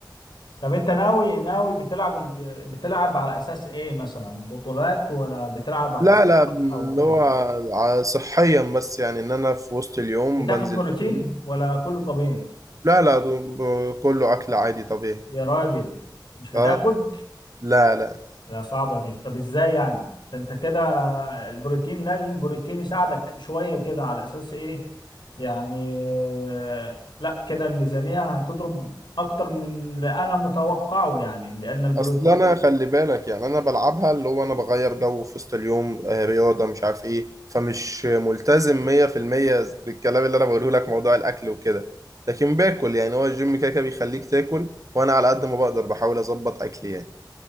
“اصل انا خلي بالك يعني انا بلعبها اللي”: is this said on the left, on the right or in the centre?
Right